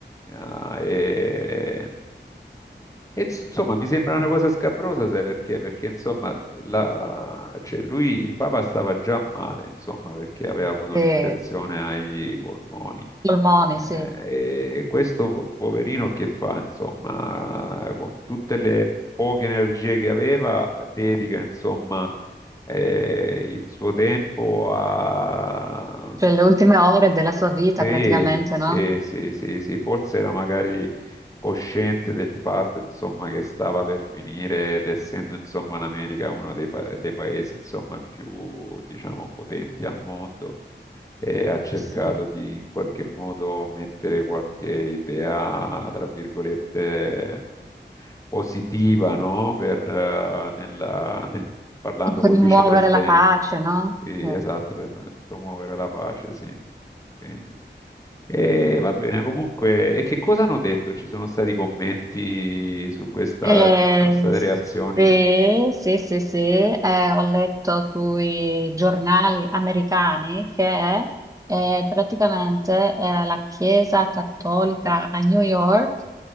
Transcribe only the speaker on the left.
Ah, e, e, ins- insomma, mi sembra una cosa scabrosa, sai perché? Perché insomma, la- cioè, lui, il Papa stava già male, insomma, perché aveva avuto
un'infezione ai polmoni.
Eh,
E questo po- poverino che fa, insomma, con tutte le poche energie che aveva, dedica, insomma, eh, il suo tempo a...
Sì,
sì,
sì, sì, sì, forse era magari cosciente del fatto, insomma, che stava per finire ed essendo, insomma, l'America uno dei, pa- dei paesi, insomma, più, diciamo, potenti al mondo e ha cercato
di in qualche modo mettere qualche idea, tra virgolette, positiva, no? Per, eh, nella- nel- parlando
col
vicepresidente.
Sì,
esatto, per promuovere la pace, sì. Sì. E va bene, comunque, e che cosa hanno detto? Ci sono stati commenti su questa,
ci sono state
reazioni?